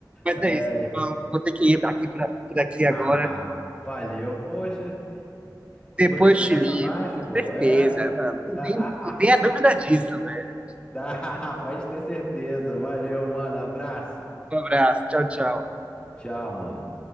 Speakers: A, on the right; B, on the left.
A: É. Mas
B: Ai.
A: é isso, não, vou ter que ir pra aqui, por, por aqui agora.
B: Ah, valeu, poxa. Depois
A: Depois
B: a gente conversa
A: te ligo,
B: mais,
A: com
B: pô,
A: certeza.
B: é.
A: Não, nem,
B: <laughs>
A: nem, não tenha dúvida disso, velho.
B: Dá, pode ter certeza. Valeu, mano. Abraço.
A: Um abraço, tchau, tchau.
B: Tchau, mano.